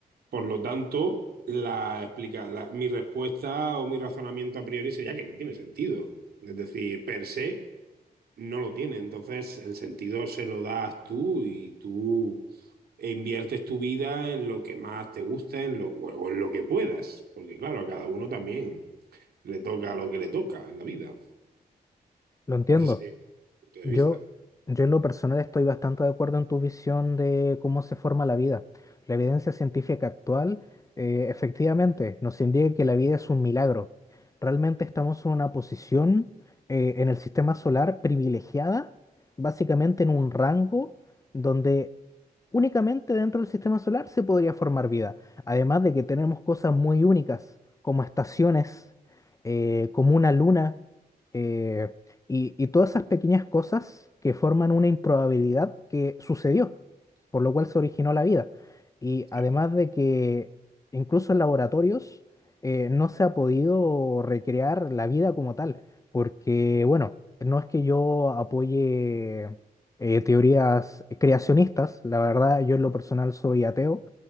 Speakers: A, on the right; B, on the left.
A: Por lo tanto, la, explica, la- mi respuesta o mi razonamiento a priori sería que no tiene sentido. Es decir, per se no lo tiene. Entonces, el sentido se lo das tú y tú inviertes tu vida en lo que más te gusta, en lo, o en lo que puedas. Porque claro, a cada uno también le toca lo que le toca en la vida.
B: Lo entiendo.
A: Ese sería mi punto de
B: Yo,
A: vista.
B: yo en lo personal estoy bastante de acuerdo en tu visión de cómo se forma la vida. La evidencia científica actual, eh, efectivamente, nos indica que la vida es un milagro. Realmente estamos en una posición eh, en el sistema solar privilegiada, básicamente en un rango donde únicamente dentro del sistema solar se podría formar vida. Además de que tenemos cosas muy únicas, como estaciones, eh, como una luna. eh, y, y todas esas pequeñas cosas que forman una improbabilidad que sucedió, por lo cual se originó la vida. Y
A: Sí.
B: además de que incluso en laboratorios eh, no se ha podido recrear la vida como tal, porque bueno, no es que yo apoye eh, teorías creacionistas, la verdad yo en lo personal soy ateo.